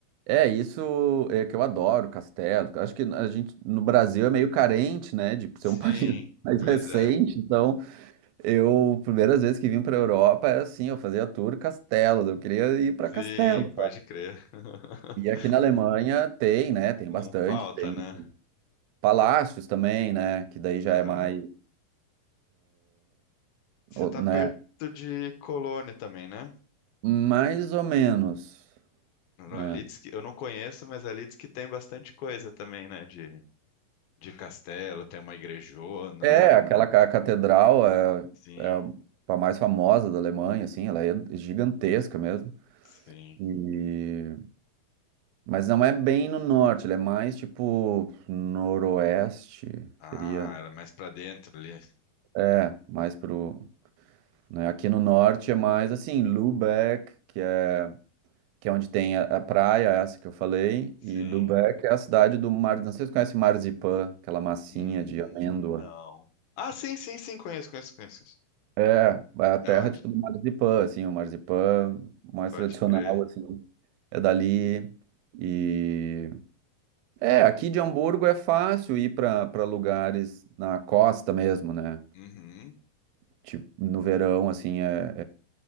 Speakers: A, on the right; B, on the left.
A: é isso é que eu adoro, castelo. Acho que a gente no Brasil é meio carente, né, de
B: Sim,
A: ser um <laughs> país mais
B: pois
A: recente.
B: é.
A: Então, eu primeiras vezes que vim para a Europa era assim, eu fazia tour castelos, eu queria ir para
B: Sim,
A: castelo.
B: pode crer. <laughs>
A: E aqui na Alemanha tem, né, tem
B: Não
A: bastante,
B: falta,
A: tem
B: né?
A: palácios também, né, que daí já
B: Aham.
A: é mais,
B: Você
A: o-
B: tá
A: né,
B: perto de Colônia também, né?
A: Mais ou menos, né?
B: Ali diz que eu não conheço, mas ali diz que tem bastante coisa também, né? De, de castelo, tem uma igrejona.
A: É, aquela ca- catedral é,
B: Sim,
A: é a mais famosa da Alemanha, assim, ela é gigantesca mesmo.
B: sim.
A: E... Mas não é bem no norte, ela é mais tipo noroeste,
B: Ah,
A: seria.
B: era mais pra dentro ali.
A: É, mais pro. né, Aqui no norte é mais assim, Lübeck, que é, que é onde tem a, a praia, essa que eu falei,
B: Sim.
A: e Lübeck é a cidade do mar. Não sei se você conhece Marzipan, aquela massinha
B: Hum,
A: de amêndoa.
B: não. Ah, sim, sim, sim, conheço, conheço, conheço.
A: É, é a terra
B: É onde?
A: tipo do Marzipan, assim, o Marzipan mais
B: Pode
A: tradicional,
B: crer.
A: assim, é dali. E é, aqui de Hamburgo é fácil ir para para lugares na costa mesmo, né?
B: Uhum.
A: Tipo, no verão, assim, é,